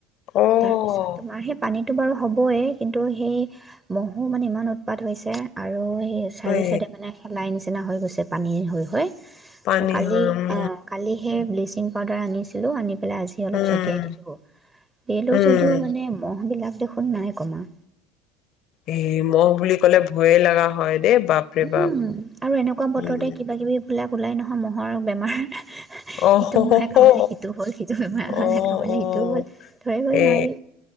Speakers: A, on the left (about 55°); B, on the right (about 20°).
A: অ'।
B: তাৰ পিছত তোমাৰ সেই পানীতটো বাৰু হ'বই কিন্তু সেই ম'হো মানে ইমান উৎপাত হৈছে আৰু আৰু চাৰিও
A: এ
B: চাইদে মানে শেলাই নিচি নিচিনা হৈ গৈছে পানী হৈ হৈ
A: পানী
B: কালি
A: হয় উম,
B: অ', কালি সেই ব্লিচিং পাউডাৰ আনিছিলো আনি পেলাই আজি অলপ
A: উম,
B: ছটিয়াই দিলো, দিলো
A: উম।
B: যদিও মানে ম'হ বিলাক দেখোন নাই কমা
A: এই মহ বুলি ক'লে ভয়ে লগা হয় দেই বাপৰে
B: উম,
A: বাপ।
B: আৰু এনেকুৱা বতৰতে
A: উম।
B: কিবা কিবি বিলাক ওলাই নহয়, ম'হৰ বেমাৰ
A: অ
B: ইটো
A: অ
B: ম'হে কামুৰিলে
A: আহ
B: সিটো হ'ল সিটো বেমাৰে
A: আহ
B: কামুৰিলে সিটো হ'ল। ধৰিবই
A: এ
B: নোৱাৰি